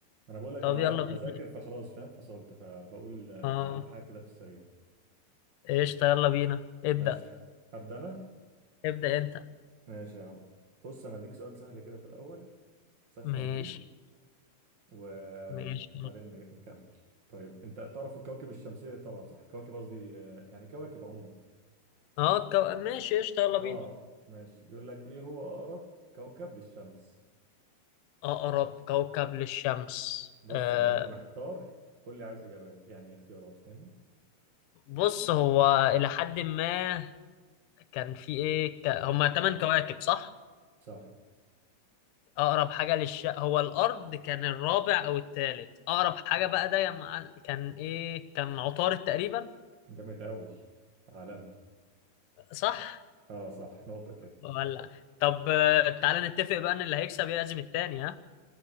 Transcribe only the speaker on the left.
طب
يلا بينا
اه
قشطة يلا بينا ابدأ
ابدأ انت
ماشي
ماشي
اه كو... ماشي قشطة يلا
بينا
أقرب كوكب للشمس
آه
بص هو إلى حد ما كان في إيه ك... هما تمن كواكب صح؟
أقرب حاجة للش هو الأرض كان الرابع أو الثالث أقرب حاجة بقى ده يا معل... كان إيه كان عطارد تقريبا
صح
ولا طب آه، تعالى نتفق بقى ان اللي هيكسب يعزم التاني ها